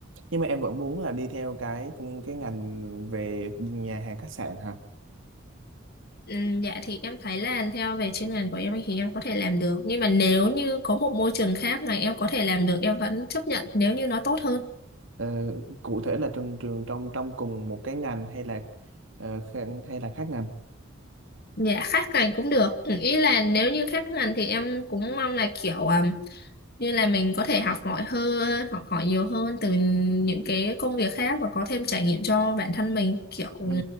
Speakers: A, on the right; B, on the left.
A: nhưng mà em vẫn muốn là đi theo cái cùng cái ngành về nhà hàng khách sạn hả
B: Ừm, Dạ thì em thấy là theo về chuyên ngành của em thì em có thể làm được nhưng mà nếu như có một môi trường khác mà em có thể làm được em vẫn chấp nhận nếu như nó tốt hơn
A: Ờ, cụ thể là trường trường trong trong cùng một cái ngành hay là ờ, kha- hay là khác ngành
B: dạ khác ngành cũng được Ừ, ý là nếu như khác ngành thì em cũng mong là kiểu ừm, như là mình có thể học hỏi hơn học hỏi nhiều hơn từ những cái công việc khác và có thêm trải nghiệm cho bản thân mình kiểu ừm,
A: ừ.